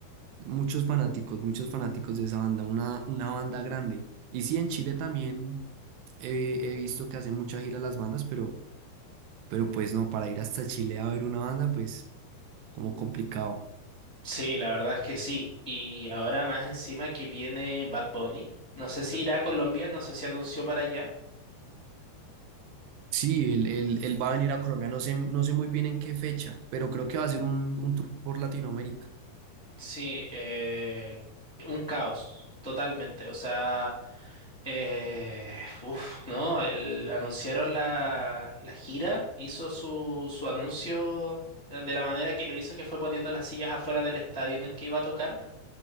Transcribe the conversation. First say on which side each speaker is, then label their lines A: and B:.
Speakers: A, on the right; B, on the left.
A: muchos fanáticos, muchos fanáticos de esa banda, una, una banda grande. Y sí, en Chile también he, he visto que hacen mucha gira las bandas, pero, pero pues no, para ir hasta Chile a ver una banda, pues como complicado.
B: Sí, la verdad es que sí. Y ahora más encima que viene Bad Bunny. No sé si irá a Colombia, no sé si anunció para allá.
A: Sí, él, él- él va a venir a Colombia, no sé, no sé muy bien en qué fecha, pero creo que va a ser un, un tour por Latinoamérica.
B: Sí, eh, un caos, totalmente. O sea, eh, uf, no, el, anunciaron la, la gira, hizo su, su anuncio eh, de la manera que lo hizo, que fue poniendo las sillas afuera del estadio en el que iba a tocar.